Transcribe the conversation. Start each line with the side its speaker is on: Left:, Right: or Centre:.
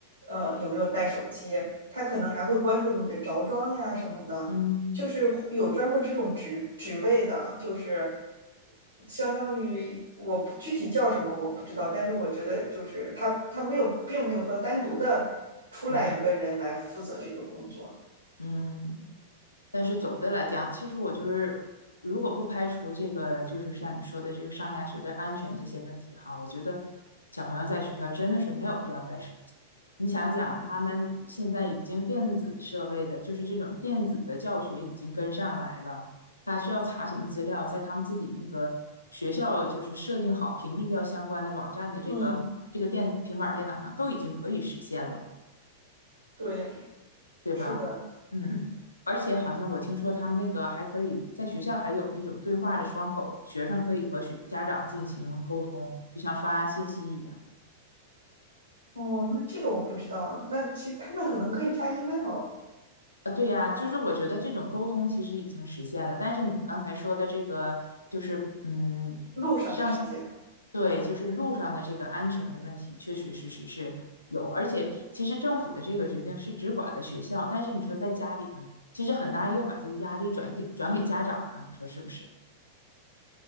Right: 呃有没有带手机，他可能还会关注你的着装呀什么的，
Left: 嗯，
Right: 就是有专门这种职职位的，就是相当于我不具体叫什么我不知道，但是我觉得就是他他没有并没有说单独的出来一个人来负责这个工作，
Left: 你个，嗯。但是总的来讲，其实我就是，如果不排除这个，就是像你说的这个上下学的安全这些问题哈，我觉得小朋友在学校真的是没有必要带手机。你想想，他们现在已经电子设备的，就是这种电子的教学已经跟上来了，他需要查什么资料，在他们自己那个学校就是设定好屏蔽掉相关的网站的这个这个电平板电脑上都已经可以实现了。
Right: 嗯，对，
Left: 对吧？
Right: 是的。
Left: 嗯，而且好像我听说他们那个还可以在学校还有那种对话的窗口，学生可以和学家长进行沟通，就像发信息一样。
Right: 哦，那这个我不知道。那其实他们可能可以发 email
Left: 啊，对呀，就是我觉得这种沟通其实已经实现了，但是你刚才说的这个就是嗯，
Right: 路上的时间，
Left: 上，对，就是路上的这个安全的问题，确确实实是有，而且其实政府的这个决定是只管的学校，但是你说在家里呢，其实很大又把这个压力转给转给家长了，你说是不是？